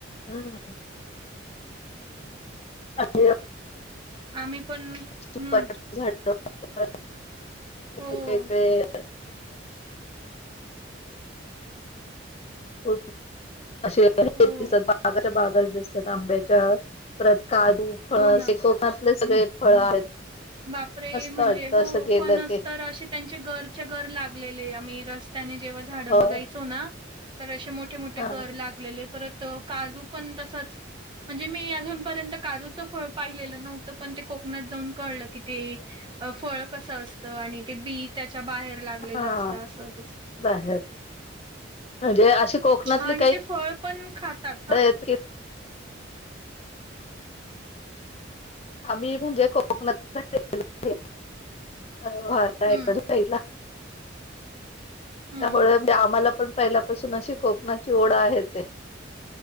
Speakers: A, on the left; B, on the right.
A: हम. हाय.
B: आम्ही पण,
A: सुपारीची
B: हम्म.
A: झाडं परत
B: हो,
A: वेगवेगळे हो. असे हेच
B: हो,
A: दिसात आसत. बागात दिसतात. आंब्याच्या परत कादु, फणस,
B: हो ना.
A: हे कोकणातले सगळे फळ आहेत.
B: बापरे,
A: मस्त
B: म्हणजे
A: वाटतं
B: हो
A: असं गेलं
B: फणस
A: की
B: तर असे त्यांचे गरच्या गर लागलेले. आम्ही रस्त्याने जेव्हा झाड
A: हो
B: बघायचो ना. तर अशे मोठ मोठे मोठे
A: हा
B: गर लागलेले. परत काजू पण तसाच म्हणजे मी अजूनपर्यंत काजूचं फळ पाहिलेलं नव्हतं. पण ते कोकणात जाऊन कळलं. कि ते फळ कस असत. आणि ते बी त्याच्या बाहेर, लागलेलं
A: हा
B: असत असं तस
A: बाहेर म्हणजे अशी कोकणातली
B: हा आणि ते फळ पण खातात हा.
A: हो हो. आम्ही म्हणजे कोकणातन गेलो नाही. तर वार ता
B: हं,
A: इकडं साइडला.
B: हं,
A: त्यामुळे आम्हाला पण पहिल्यापासून अशी कोकणाची ओढ आहेच आहे.